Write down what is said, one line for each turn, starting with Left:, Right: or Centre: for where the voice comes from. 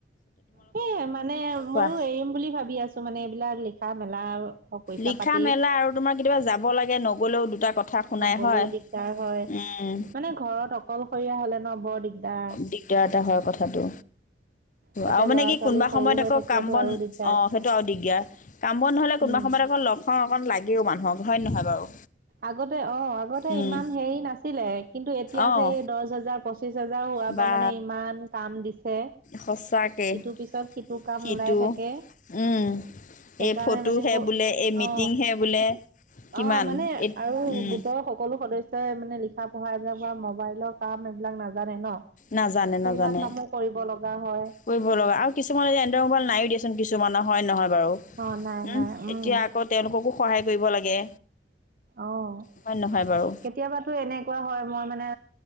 Right: সে মানে,
Left: কোৱা
Right: ময়ো এৰিম বুলি ভাবি আছো মানে। এইবলাক লিখা মেলা। পইচা
Left: লিখা
Right: পাতি
Left: মেলা আৰু তোমাৰ কেতিয়াবা যাব লাগে নগলেও। কথা শুনাই
Right: নগলেও
Left: হয়
Right: দিগদাৰ হয়,
Left: উম,
Right: মানে ঘৰত অকলশৰীয়া হলে ন বৰ দিগদাৰ।
Left: দিগদাৰ হয় কথাটো।
Right: তাতে
Left: আৰু মানে
Right: ল'ৰা
Left: কি
Right: ছোৱালী
Left: কোনোবা
Right: সৰু
Left: সময়ত
Right: হৈ
Left: আকৌ
Right: থাকিলেতো
Left: কাম বন
Right: আৰু দিগদাৰ।
Left: অ সেইটো আৰু দিগদাৰ কাম বন নহলে কোনোবা।
Right: উম
Left: সমমৰ এক লোক। লাগেও মানুহক হয় নহয় বাৰু।
Right: আগতে অ, আগতে
Left: উম,
Right: ইমান হেৰি নাছিলে কিন্তু এতিয়া
Left: অঁ
Right: যে এই দহ হোজাৰ পচিশ হোজাৰ হোৱাৰ
Left: বা
Right: পৰা মানে ইমান কাম দিছিল।
Left: সঁচাকৈ
Right: ইটোৰ পিছত সিটো। তোৰ কাম
Left: সিটো
Right: ওলাই থাকে,
Left: উম,
Right: সেইকাৰণে
Left: এই ফটোহে
Right: মানে ব
Left: বোলে এই মিটিংহে
Right: অ
Left: বোলে কিমান
Right: অ মানে।
Left: এই
Right: আৰু
Left: উম,
Right: গোটৰ সকলো সদস্যই মানে লিখা পঢ়া এইবিলাক বা মোবাইলৰ কাম এইবিলাক নাজানে ন।
Left: নাজানে
Right: সেইবিলাক
Left: -নাজানে
Right: কামো কৰিব লগা হয়
Left: কৰিব লগা আৰু কিছুমানে এণ্ড্ৰইড মোবাইল নায়য়ো দিয়াচোন কিছুমানৰ। হয় নহয়। বাৰু
Right: অ নাই
Left: হম
Right: নাই উম
Left: এতিয়া আকৌ তেওঁলোককো সহায় কৰিব লাগে।
Right: অহ,
Left: হয় নহয় বাৰু
Right: কেতিয়াবাতো এনেকুৱা হয় মই মানে